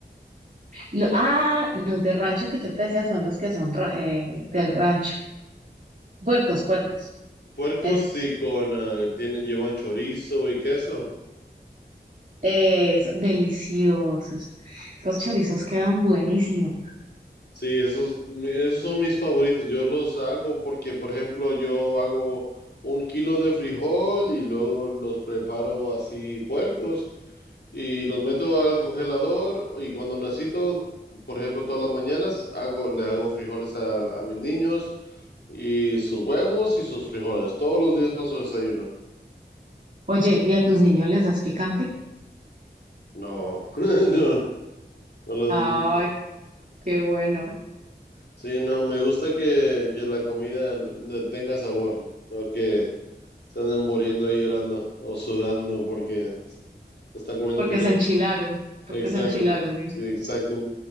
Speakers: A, on the right; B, on the left.
A: Lo- ah, los de rancho que yo te decía son los que son ra- eh, del rancho. Puercos, puercos,
B: Puercos
A: esos.
B: sí, con ah, tienen, llevan chorizo y queso.
A: Eh, deliciosos. Los chorizos quedan buenísimos.
B: Sí, esos, mi- esos son mis favoritos. Yo los hago porque, por ejemplo, yo hago un kilo de frijol y luego los preparo así puercos y los meto al congelador y cuando necesito, por ejemplo, todas las mañanas hago, le hago frijoles a, a mis niños. Y sus huevos y sus frijoles. Todos los días paso desayuno.
A: Oye, ¿y a tus niños les das picante?
B: No, <laughs> no, no los-
A: Ay, qué bueno,
B: sí, no, me gusta que, que la comida le tenga sabor, no que se anden muriendo y llorando o sudando porque están comiendo
A: porque
B: picante.
A: se enchilaron, porque
B: Exacto,
A: se enchilaron.
B: sí, exacto.